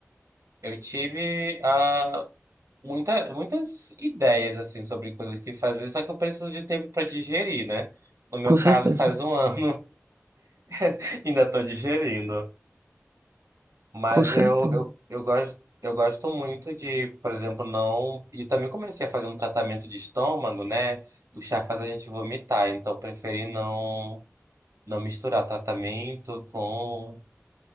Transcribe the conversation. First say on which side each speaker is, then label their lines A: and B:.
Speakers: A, on the right; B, on the right.
A: eu tive ah, muita, muitas ideias, assim, sobre coisas que fazer, só que eu preciso de tempo para digerir, né? No meu
B: com certeza.
A: caso, faz um ano, <laughs> ainda estou digerindo. Mas
B: Com certeza.
A: eu, eu, eu gosto, eu gosto muito de, por exemplo, não. E também comecei a fazer um tratamento de estômago, né? O chá faz a gente vomitar, então eu preferi não, não misturar tratamento com